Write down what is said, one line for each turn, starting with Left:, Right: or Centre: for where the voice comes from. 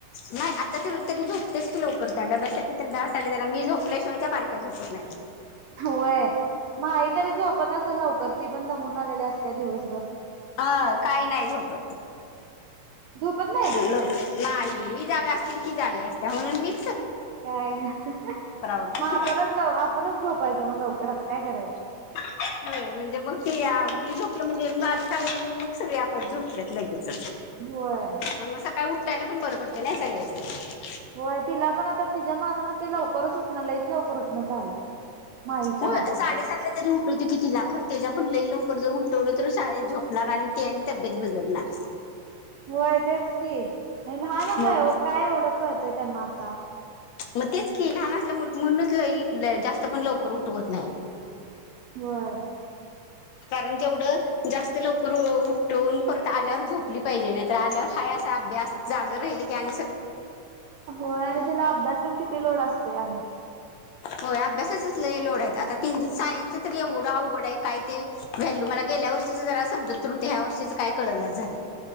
Left: नाही आता तर तरी झोपतेस की लवकर त्या डब्यासाठी तर दहा साडे जला मी झोपल्याशिवाय त्या बारक्या झोपत नाही.
Right: होय माही तरी झोपत असेल लवकर दमून आलेल्या असत्या दिवसभर
Left: अं काही नाही झोप.
Right: झोपत नाही
Left: लक नाही जागा असते की जागी असत म्हणून मी
Right: काय मग
Left: आवरते.
Right: आपणच लव आपणच झोपायचं मग लवकर आता काय करायचं.
Left: ह. हो म्हणजे मग ते मी झोपलं म्हणजे माझच आवलं मग सगळे आपआप झोपलेत लगेच
Right: होय
Left: मग सकाळी उठायला पण बरं पडत नाही सगळ्या व
Right: होय तिला पण आता तिच्या मानान ते लवकरच उठण लई लवकर उठणं झालं. माहीच्या
Left: हो
Right: मानानं
Left: साडेसात ला तरी कि तिला ख त्याच्या पण लई लवकर जर उठवलं तर शाळेत झोपणार आणि ते आणि तब्येत बिघडणार.
Right: होय तेच की आणि लहानच
Left: मग
Right: आहे व काय एवढं कळतय त्यांना आता
Left: मग तेच की लहान असल्या म्हणूनच जास्त पण लवकर उठवत नाही.
Right: होय.
Left: कारण तेवढं जास्त लवकर उठवून परत आल्यावर झोपली पाहिजे नाही तर आल्यावर हा अस. अभ्यास जाग राहिले क
Right: होय आणि तिला अभ्यास पण किती लोड असतोय आणि
Left: होय अभ्यासाचच लई लोड आहेत आता तीन सायन्स तरी एवढा अवघड आहे काय ते व्हॅल्यू मला गेल्या वर्षीच जरा समजत तर ते ह्या वर्षीच काय कळनाच झालं.